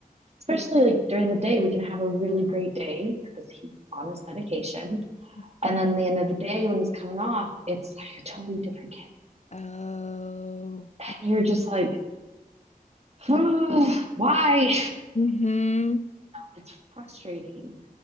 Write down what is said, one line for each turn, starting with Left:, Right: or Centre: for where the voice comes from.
Right: especially like during the day, we can have a really great day because he's on his medication,
Left: mhm.
Right: and then at the end of the day when he's coming off, it's like a totally different kid,
Left: Oh,
Right: and you're just like, oh, why?
Left: mm-hmm.
Right: It's frustrating.